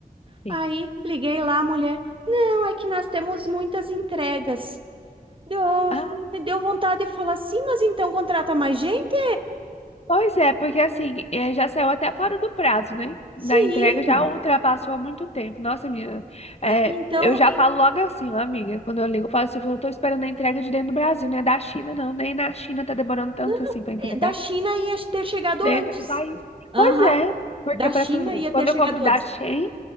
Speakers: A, on the left; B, on the right.
A: sim.
B: Aí liguei lá, a mulher. Não, é que nós temos muitas entregas. Deu,
A: Ah,
B: me deu vontade de falar assim, mas então contrata mais gente?
A: pois é, porque assim, eh, já saiu até fora do prazo, né? Da
B: Sim.
A: entrega já ultrapassou há muito tempo. Nossa, minha, eh,
B: Ah, Então,
A: eu já
B: em-
A: falo logo assim, ó, amiga, quando eu ligo, eu falo assim, eu tô esperando a entrega de dentro do Brasil, não é da China, não. Nem na China tá demorando tanto
B: não,
A: assim pra entregar
B: é, da China ia ter chegado
A: dentro
B: antes.
A: do país.
B: Aham,
A: Pois é, porque
B: da
A: pra
B: China
A: tu ver,
B: ia ter
A: quando
B: chegado
A: eu compro da
B: antes.
A: Shein.